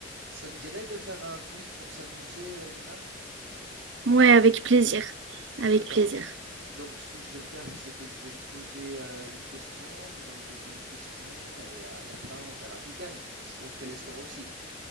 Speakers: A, on the right; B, on the right.
A: Ça te dirait de faire un quiz pour s'amuser, Irina
B: Ouais, avec plaisir. Avec
A: D'accord.
B: plaisir.
A: Donc, ce que je vais faire, c'est que je vais te poser euh, une question, tu vas me poser une question, et à la fin, on verra qui gagne. Je compterai les scores aussi.